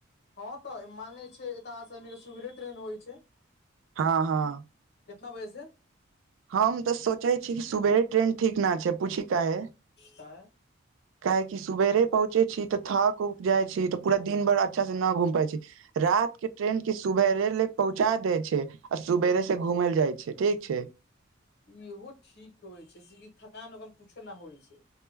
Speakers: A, on the left; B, on the right.
A: हँ तऽ मान ले छै एतय सुवेरे ट्रेन होइ छै
B: हँ हँ
A: कितना बजे से
B: हम तऽ सोचै छी कि सुबेरे ट्रेन ठीक न छै पूछि काहे
A: काहे
B: काहे कि सवेरे पहुँचे छी तऽ थक उऊप जाय छी तऽ पूरा दिन भरा अच्छा से न घूम पाब छै रात के ट्रेन के सुबेरे ले पहुँचा दै छै आ सुवेरे से घूम लए जाइ छै ठीक छै
A: इहो ठीक होइ छै से कि थकान ओकान कुछो नहि होइ छै